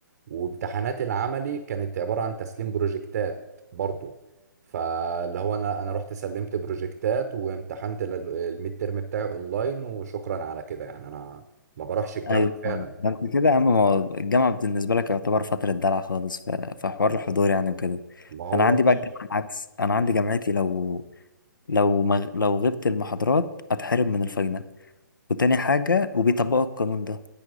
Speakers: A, on the right (about 45°); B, on the left (about 70°).
A: وامتحانات العملي كانت عبارة عن تسليم بروجكتات برضو فاللي هو انا انا رحت سلمت بروجكتات وامتحنت ال- الميد ترم بتاعي اونلاين وشكرا على كده يعني انا ما بروحش الجامعه
B: ايوه
A: فعلا
B: فاهم. ده انت كده يا عم ما هو الجامعة بالنسبة لك يعتبر فترة دلع خالص ف- في حوار الحضور يعني وكده
A: ما هو
B: انا عندي
A: مش
B: بقى الجامعة العكس انا عندي جامعتي لو لو مغ... لو غبت المحاضرات اتحرم من الفاينل وتاني حاجة وبيطبقوا القانون ده